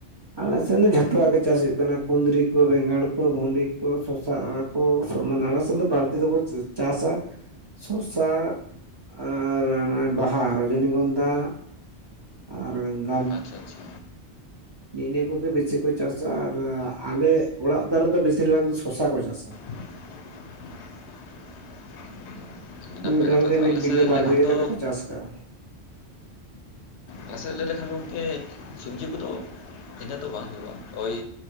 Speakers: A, on the right; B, on the left.
A: ᱟᱞᱮᱥᱮᱫ ᱫᱚ ᱡᱷᱚᱛᱚᱣᱟᱜ ᱜᱮ ᱪᱟᱥ ᱦᱩᱭᱩᱜ ᱠᱟᱱᱟ ᱠᱩᱸᱫᱽᱨᱤ ᱠᱚ ᱵᱮᱸᱜᱟᱲ ᱠᱚ ᱵᱷᱩᱸᱰᱤ ᱠᱚ ᱥᱚᱥᱟ ᱟᱠᱚ ᱾ ᱟᱞᱮ ᱥᱮ ᱫᱚ ᱵᱟᱲᱛᱤ ᱫᱚᱠᱚ ᱪᱟᱥᱟ ᱾ ᱥᱚᱨᱚᱥᱟ ᱟᱨ ᱱᱚᱜᱼᱚᱭ ᱵᱟᱦᱟ ᱨᱚᱡᱚᱱᱤᱜᱚᱸᱫᱷᱟ ᱾ ᱟᱨ ᱾
B: ᱟᱪᱪᱷᱟ ᱟᱪᱪᱷᱟ᱾
A: ᱱᱤᱜ ᱱᱤᱭᱟᱹ ᱠᱚᱜᱮ ᱵᱤᱥᱤ ᱠᱚ ᱪᱟᱥᱟ ᱟᱨ ᱟᱞᱮ ᱚᱲᱟᱜ ᱫᱷᱟᱨᱮ ᱫᱚ ᱵᱮᱥᱤᱨ ᱵᱷᱟᱜᱽ ᱫᱚ ᱥᱚᱥᱟ ᱠᱚ ᱪᱟᱥᱟ
B: <inaudible> ᱟᱹᱰᱤ ᱱᱟᱯᱟᱭ
A: ᱢᱤᱫ
B: ᱠᱟᱛᱷᱟ
A: ᱦᱚᱲ ᱜᱮ
B: ᱛᱚ
A: ᱢᱤᱫ
B: ᱟᱞᱮ ᱥᱮᱫ
A: ᱵᱤᱜᱷᱟᱹ
B: ᱞᱟᱹᱭ
A: ᱵᱟᱨ
B: ᱞᱮᱠᱷᱟᱱ
A: ᱵᱤᱜᱷᱟᱹ
B: ᱫᱚ
A: ᱠᱟᱛᱮ ᱠᱚ ᱪᱟᱥ ᱠᱟᱜ-ᱟ
B: ᱟᱞᱮ ᱥᱮᱫ ᱞᱟᱹᱭ ᱞᱮᱠᱷᱟᱱ ᱜᱚᱢᱠᱮ ᱥᱚᱵᱡᱤ ᱠᱚᱫᱚ ᱫᱚ ᱵᱟᱝ ᱦᱩᱭᱩᱜ-ᱟ ᱳᱭ